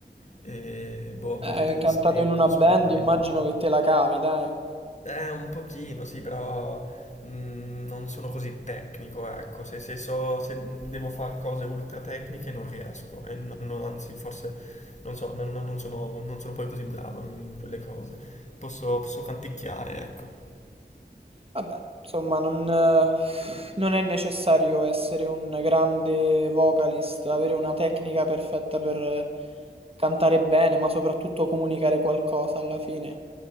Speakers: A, on the left; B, on the right.
A: E, boh, a
B: Eh,
A: volte
B: cantato
A: stecco,
B: in una band,
A: sbaglio
B: immagino
A: le note.
B: che te la cavi, dai.
A: Eh, un pochino, sì, però mm, non sono così tecnico, ecco. Se, se so, se devo fare cose ultra tecniche non riesco. E non- non- anzi, forse non so, non, non- non sono, non sono poi così bravo in quelle cose. Posso, posso canticchiare, ecco.
B: Vabbè, insomma, non, eh, non è necessario essere un grande vocalist, avere una tecnica perfetta per eh, cantare bene, ma soprattutto comunicare qualcosa alla fine.